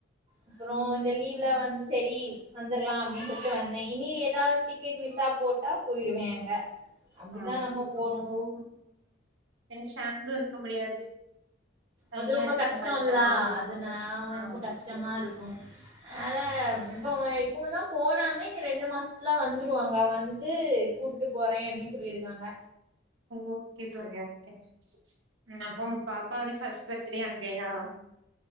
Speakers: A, on the right; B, on the right.
A: அப்றோ
B: ஓகே
A: இந்த லீவ்ல
B: தோழி
A: வந்து சரி வந்தர்லா அப்டின் சொல்ட்டு வந்தேன் இனி ஏதாவது டி க்கெட் விசா போட்டா போயிருவேன் அங்க அப்படிதான்
B: ஆ
A: நம்ம
B: சேரி
A: போணும்.
B: ஓம் ஏனா சாந்து இருக்க முடியாது தனியா
A: அது ரொம்ப
B: இருக்கவு
A: கஷ்டோல்லா
B: கஷ்டமா இருக்கு
A: அதுனா ரொம்ப
B: ஆமா
A: கஷ்டமா
B: தோழி
A: இருக்கு அதா இப்போ இப்பதா போனாங்க இனி ரெண்டு மாசத்துல வந்துருவாங்க வந்து கூ ப்ட்டு போறேன் அப்டி சொல்லிருக்காங்க
B: ஓகே தோழி ஓகே ம் அப்பம் பாப்பாவோட ஃபர்ஸ்ட் பர்த்டே அங்கயா